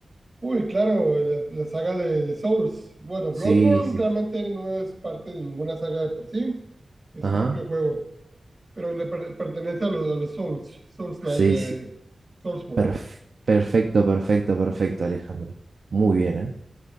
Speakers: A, on the right; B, on the right.
A: Uy, claro, la, la saga de, de Souls. Bueno, Bloodborne
B: Sí, sí,
A: realmente
B: sí.
A: no es parte de ninguna saga de por sí, es
B: ajá,
A: su propio juego, pero le per- pertenece a los, a los Souls, Souls-like,
B: sí,
A: eh,
B: sí.
A: Soulsborne.
B: Perf- perfecto, perfecto, perfecto, Alejandro. Muy bien, ¿eh?